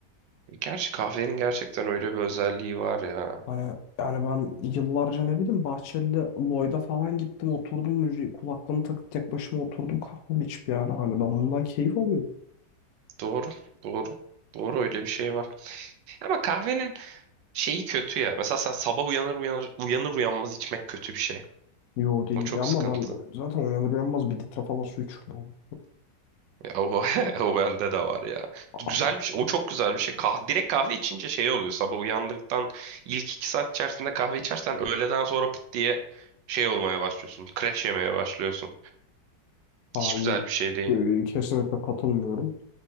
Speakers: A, on the right (about 80°); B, on the left (about 70°).
A: E, Gerçi kahvenin gerçekten öyle bir özelliği var ya.
B: Hani yani ben yıllarca ne bileyim Bahçeli'de Lloyd'a falan gittim oturdum müziği kulaklığımı takıp tek başıma oturdum kahvemi içip yani hani ben bundan keyif alıyorum.
A: Doğru, doğru. Doğru öyle bir şey var. Ama kahvenin şeyi kötü ya. Mesela sen sabah uyanır uyanır uyanır uyanmaz içmek kötü bir şey.
B: Yo değil
A: O çok
B: ama
A: sıkıntı.
B: ben zaten uyanır uyanmaz bir litre falan su içiyorum.
A: Ya o, <laughs> o bende de var ya.
B: abi.
A: Güzel bir şey. O çok güzel bir şey. kahve direkt kahve içince şey oluyor. Sabah uyandıktan ilk iki saat içerisinde kahve içersen öğleden sonra pıt diye şey olmaya başlıyorsun. Crash yemeye başlıyorsun.
B: Hayır,
A: Hiç güzel bir şey değil.
B: e, kesinlikle katılmıyorum.